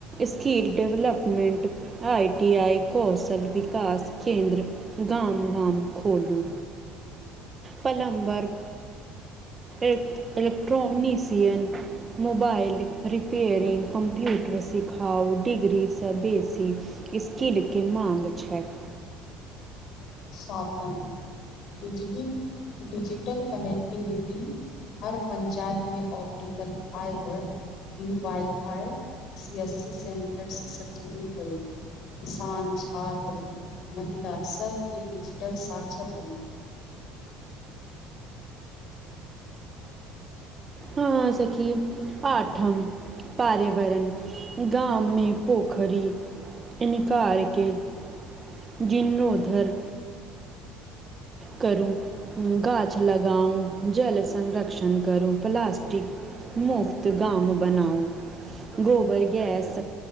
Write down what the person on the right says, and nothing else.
skill development I T I कौशल विकास केन्द्र, गाम-गाम खोलू। Plumber electrician, mobile repairing computer सिखाउ डिग्री सँ बेसी स्किलके माँग छैक।
हॅं सखी आठम पार्यावरण गाँवमे पोखरी इनका अरके <inaudible> जीर्णोधर। करूं, गाछ लगाऊं, जल संरक्षण करूं प्लास्टिक मुफ्त गाम बनाउ <inaudible> गोबर गैस